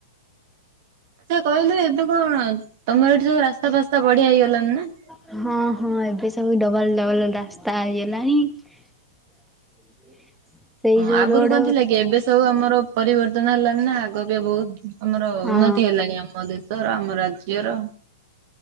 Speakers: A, on the right; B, in the centre.
A: ସେ କହିଲୁ ଏବେ କଣ ତମର ଏଠି ସବୁ ରାସ୍ତା ଫାସ୍ତା ବଢିଆ ହେଇଗଲଣି ନା।
B: ହଁ, ହଁ, ଏବେ ସବୁ ଡବଲ ଡବଲ ରାସ୍ତା ହେଇଗଲାଣି। <unintelligible>
A: ହଁ, ଆଗରୁ
B: ରୋଡ
A: କଣ ଥିଲା କି ଏବେ ସବୁ ଆମର ପରିବର୍ତ୍ତନ ହେଲାନି ନା ଆଗ ଅପେକ୍ଷା ବହୁତ ଆମର
B: ହଁ
A: ଉନ୍ନତି ହେଲାଣି, ଆମ ଦେଶର, ଆମ ରାଜ୍ୟର।